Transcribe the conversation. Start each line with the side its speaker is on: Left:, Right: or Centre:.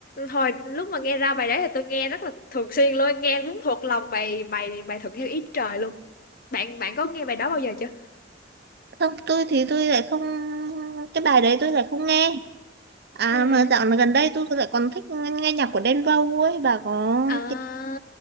Left: hồi lúc mà nghe ra bài đấy thì tôi nghe rất là thường xuyên luôn nghe muốn thuộc lòng bài bài bài thuận theo ý trời luôn bạn bạn có nghe bài đó bao giờ chưa
Right: Không, tôi thì tôi lại không, cái bài đấy tôi lại không nghe. À
Left: Ừ.
Right: mà dạo này gần đây tôi lại còn thích nghe, nghe nhạc của Đen Vâu ấy, bà có
Left: À,
Right: tìm